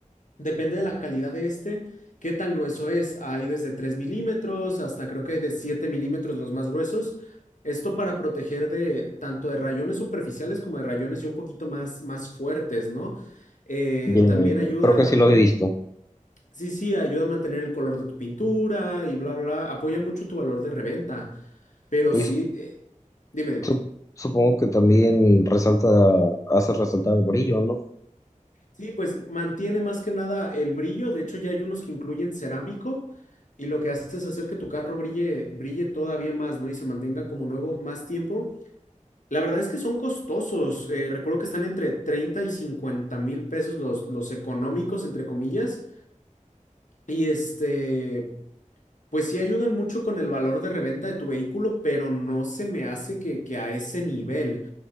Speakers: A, on the left; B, on the left.
A: depende de la calidad de este, qué tan grueso es. Hay desde 3 milímetros hasta creo que hay de 7 milímetros los más gruesos. Esto para proteger de tanto de rayones superficiales como de rayones y un poquito más, más fuertes, ¿no? Eh,
B: Eh,
A: también ayuda.
B: creo que sí lo he visto.
A: Sí, sí, ayuda a mantener el color de tu pintura y bla, bla, apoya mucho tu valor de reventa, pero
B: Y
A: sí,
B: su-
A: eh, dime, dime.
B: su- supongo que también resalta, hace resaltar el brillo, ¿no?
A: Sí, pues mantiene más que nada el brillo, de hecho ya hay unos que incluyen cerámico y lo que hace es hacer que tu carro brille, brille todavía más, ¿no? Y se mantenga como nuevo más tiempo. La verdad es que son costosos, eh, recuerdo que están entre 30 y 50 mil pesos los, los económicos, entre comillas, y este... Pues sí ayudan mucho con el valor de reventa de tu vehículo, pero no se me hace que, que a ese nivel,